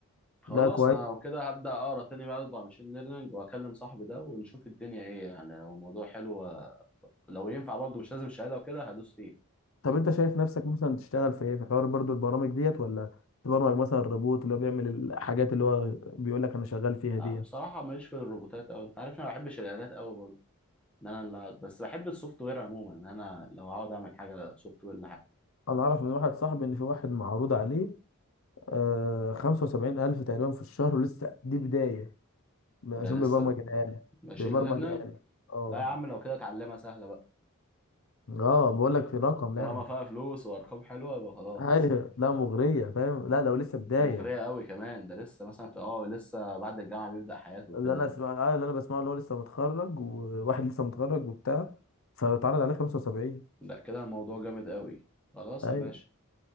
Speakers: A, in the centre; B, on the left.
A: خلاص
B: لا كويس
A: انا وكده هبدا اقرا تاني بقى على ماشين ليرنينج واكلم صاحبي ده ونشوف الدنيا ايه يعني لو الموضوع حلو آه، لو ينفع برضه مش لازم شهاده وكده هدوس فيه
B: طب انت شايف نفسك مثلا تشتغل في ايه في حوار برضو البرامج ديت ولا تبرمج مثلا الروبوت اللي هو بيعمل الحاجات اللي هو بيقول لك انا شغال فيها
A: لا
B: ديت
A: بصراحه ماليش في الروبوتات قوي انت عارف انا ما بحبش الالات قوي برضه ان انا لا- بس بحب السوفت وير عموما ان انا لو هقعد اعمل حاجه سوفت وير
B: انا اعرف من واحد صاحبي ان في واحد معروض عليه آه 75 الف تقريبا في الشهر ولسه دي بدايه عشان
A: ده لسه
B: بيبرمج الآلة
A: ماشي
B: بيبرمج
A: لبنان
B: آلة اه
A: لا يا عم لو كده اتعلمها سهله بقى
B: اه بقول لك في رقم
A: طالما
B: يعني
A: فيها فلوس وارقام حلوه يبقى خلاص
B: ايوه لا مغرية فاهم لا لو لسه بداية
A: ده مغريه قوي كمان ده لسه مثلا في اه لسه بعد الجامعه بيبدا حياته وكده
B: اللي انا اسمع آه، اللي انا بسمعه اللي هو لسه متخرج وواحد لسه متخرج وبتاع فاتعرض عليه 75
A: لا كده الموضوع جامد قوي خلاص
B: ايوه
A: يا باشا